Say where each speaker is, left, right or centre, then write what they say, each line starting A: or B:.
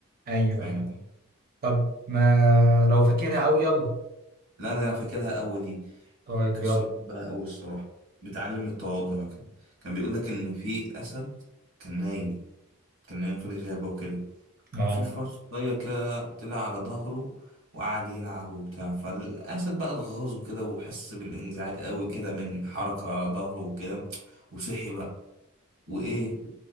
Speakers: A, on the right (about 40°); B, on the right (about 60°).
A: ايوه
B: فاهمني
A: ايوه طب ما لو فاكرها أوي يلا
B: لا ده أنا فاكرها أوي دي
A: طيب
B: قصة
A: يلا
B: بحبها أوي الصراحة بتعلم التواضع كده كان بيقول لك إن في أسد كان نايم كان نايم في الغابة وكده
A: اه
B: في فرس صغير كده طلع على ظهره وقعد يلعب وبتاع فالأسد بقى اتغاظه كده وحس بالانزعاج قوي كده من حركة على ظهره وكده وصحي بقى وإيه